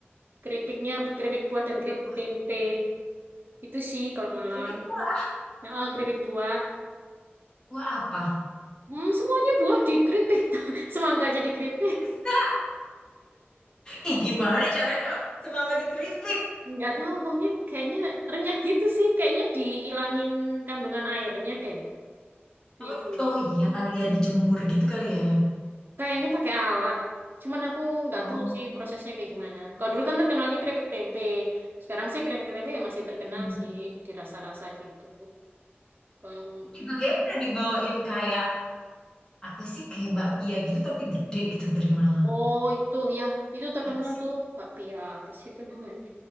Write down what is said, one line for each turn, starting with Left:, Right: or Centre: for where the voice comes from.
Right: keripiknya keripik buah dan keripik
Left: Apa?
Right: tempe itu sih kalau Malang
Left: Keripik tua.
Right: nah ah, keripik buah
Left: Wah apa?
Right: hmm, semuanya buah di keripik <laughs> semangka aja di keripik
Left: <laughs> Ih, gimana caranya? Semangka dikritik.
Right: nggak tahu pokoknya kayaknya renyah gitu sih kayaknya dihilangin kandungan airnya deh itu
Left: Oh, oh iya kali ya dijemur gitu kali ya.
Right: kayaknya pakai alat cuman aku nggak
Left: Oh.
Right: tahu sih prosesnya kayak gimana kalau dulu kan terkenalnya keripik tempe sekarang sih keripik tempe ya masih terkenal
Left: Hmm.
Right: sih di rasa-rasa gitu kalau
Left: Juga kayak pernah dibawain kayak apa sih kayak bakpia gitu tapi gede gitu dari Malang.
Right: oh itu ya itu terkenal
Left: Apa sih?
Right: tuh bakpia apa sih itu namanya
Left: Oh,